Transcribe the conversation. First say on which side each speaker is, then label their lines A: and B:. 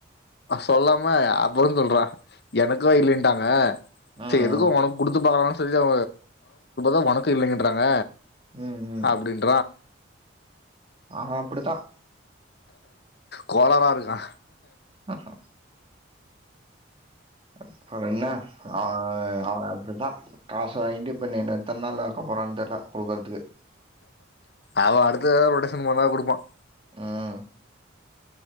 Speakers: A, on the left; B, on the right.
A: சொல்லாம அப்றோ சொல்றா‌ எனக்கும் இல்லீட்டாங்க
B: ம், ம்.
A: சே எதுக்கும் உனக்கு கொடுத்து பாக்கலாம்னு சொல்லிதா அவ உனக்கு இல்லைங்கறாங்க
B: ம், ம்.
A: அப்டின்னு
B: அவே அப்டி தான்
A: கோளாறாருக்கா
B: ஆஹ்ஹா அப்றோ என்ன ஆ அவே அப்டிதா காச வாங்கிட்டு இப்ப இனி எத்ன் நாள் ஆக்க போறானு தெர்ல கூக்குறதுக்கு
A: அவே அடுத்துதெதா ரொட்டேஷன் பண்ணா குடுப்பான்
B: ம்